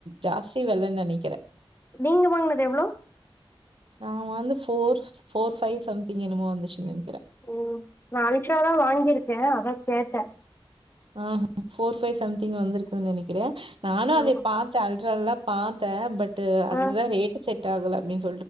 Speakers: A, on the right; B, on the left.
A: ஜாஸ்தி வெலன்னு நெனைக்கிறே
B: நீங்க வாங்குனது எவ்ளோ
A: நா வாங்குனது ஃபோர் ஃபோர் ஃப்வை சம்திங் என்னுமோ வந்துச்சி நெனக்கிறே
B: ம் நா அல்ட்ராதா வாங்கிருக்கே அதா கேட்டே
A: ஆ ஃபோர் ஃபைவ் சம்திங் வந்திருக்குன்னு நெனைக்கிறே நானு
B: ம்
A: அதை பாத்தே அல்ட்ராலதா பாத்தே பட் அதுதா
B: ம்
A: ரேட்டு செட் ஆகல அப்டின்னு